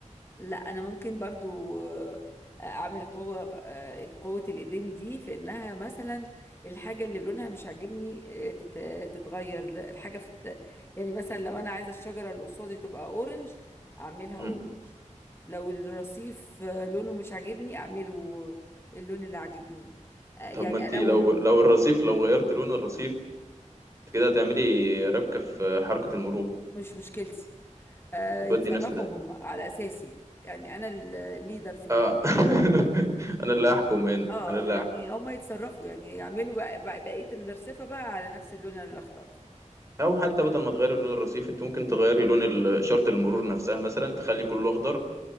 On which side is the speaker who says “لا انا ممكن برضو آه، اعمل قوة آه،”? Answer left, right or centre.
Left